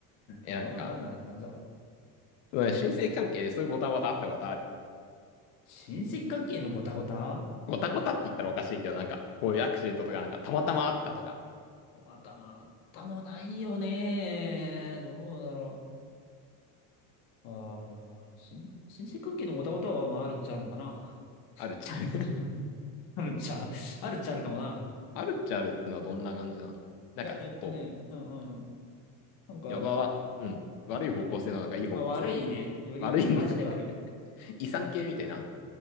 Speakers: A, on the left; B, on the left.
A: え、
B: そんなことあるんだなって感じだわ。
A: なんか、うん親戚関係でそういうごたごたあったことある。
B: 親戚関係のごたごた
A: ごたごたって言ったらおかしいけど、なんか、こういうアクシデントとか、なんか、たまたまあったとか、
B: またまたもないよね。どうだろう。ああ、親親戚関係のオタオタは、まあ、あるっちゃあるのかな。<laughs>
A: あるじゃん。
B: あるっちゃ、あるっちゃあるかもな。
A: あるっちゃあるってのはどんな感じなのなんか、
B: いや、えっとね、
A: こ
B: うんうんうん。なんか、
A: う、やばは、うん、悪い方向性なのか、いい方向性なのか。
B: まあ悪いね。より、
A: 悪いんだ。
B: マジで悪い。
A: <laughs> 遺産系みたいな